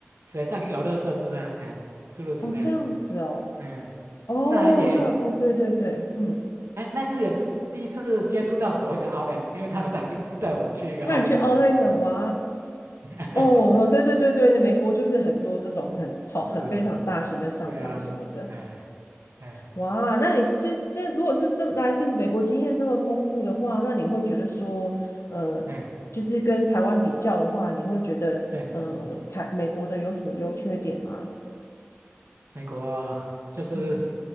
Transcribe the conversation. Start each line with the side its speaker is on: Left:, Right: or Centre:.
Right: 水上游乐设施啊，哎，诸如此类的。
Left: 哦，这样子哦，
Right: 嗯，
Left: 哦，
Right: 那也，
Left: 那对对对对，嗯，
Right: 哎，那次也是第一次接触到所谓的 outlet，因为他有带就带我们去一个
Left: 那你去
Right: outlet，
Left: Outlet
Right: 嗯
Left: 哇，
Right: <laughs>
Left: 哦哦，对对对对，那美国就是很多这种很超很非常大型的商场什么的。
Right: 是，对啊，哎哎
Left: 哇，那你这这如果是这来自美国经验这么丰富的话，那你会觉得说，呃，
Right: 哎，
Left: 就是跟台湾比较的话，你会觉得，
Right: 对，
Left: 嗯、台美国的有什么优缺点吗？
Right: 美国就是
Left: 嗯，